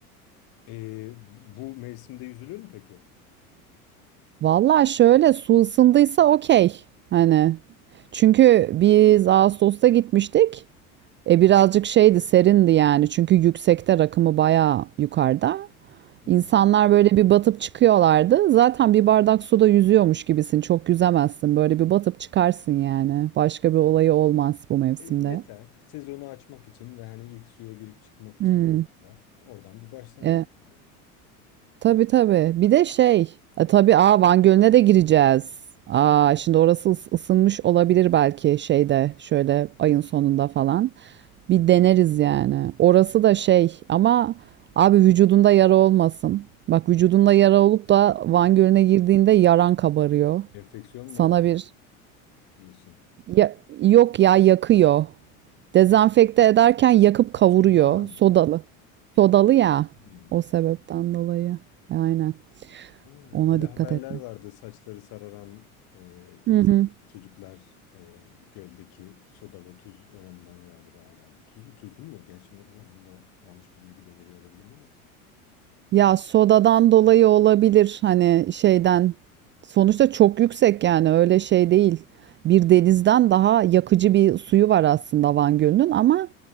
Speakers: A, on the left (about 55°); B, on the right (about 30°).
A: Ee, bu mevsimde yüzülür mü peki?
B: Valla şöyle su ısındıysa okey. Hani çünkü biz Ağustos'ta gitmiştik. E
A: Hı
B: birazcık
A: hı.
B: şeydi serindi yani. Çünkü yüksekte rakımı bayağı yukarıda.
A: Hmm.
B: İnsanlar böyle bir batıp çıkıyorlardı. Zaten bir bardak suda yüzüyormuş gibisin. Çok yüzemezsin. Böyle bir batıp çıkarsın yani. Başka bir olayı olmaz bu mevsimde.
A: E, yeter. Sezonu açmak için ve hani ilk suya girip çıkmak için
B: Hmm.
A: aslında oradan bir başlangıç
B: E,
A: yani.
B: tabii tabii. Bir de şey. E, tabii aa Van Gölü'ne de gireceğiz. Aa şimdi orası ıs- ısınmış olabilir belki şeyde şöyle ayın sonunda falan. Bir
A: Hı hı.
B: deneriz yani. Orası da şey ama abi vücudunda yara olmasın. Bak vücudunda yara olup da Van Gölü'ne girdiğinde yaran kabarıyor.
A: Enfeksiyon mu
B: Sana bir
A: diyorsun?
B: ya, yok ya yakıyor. Dezenfekte ederken yakıp kavuruyor.
A: Tuzdan.
B: Sodalı. Sodalı ya.
A: Hmm.
B: O sebepten dolayı. Aynen.
A: Ha,
B: Ona
A: öyle
B: dikkat
A: haberler
B: etmek.
A: vardı saçları sararan e, insanlar,
B: Hı hı.
A: çocuklar e, göldeki soda ve tuz oranından galiba herhalde. Tuz, tuzlu mu? Gerçi onu onu da yanlış bir bilgi de veriyor olabilirim ama.
B: Ya sodadan dolayı olabilir hani şeyden. Sonuçta çok yüksek yani öyle şey değil. Bir denizden daha yakıcı bir suyu var aslında Van Gölü'nün ama